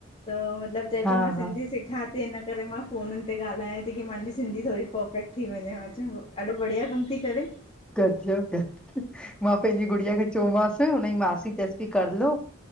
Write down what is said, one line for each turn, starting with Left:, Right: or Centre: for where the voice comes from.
Left: त मतलबु चए
Centre: हा
Left: पई मां
Centre: हा
Left: सिंधी सिखां थी त हिन करे मां फ़ोनन ते ॻाल्हायां थी कि माहांजी सिंधी थोड़ी पफेक्ट थी वञें, मां चयो ॾाढो बढ़िया कम थी करे।
Centre: गजब! मां पैंजी गुड़िया खे चयो मांसि, हुनजी मासी चएं पई कर लो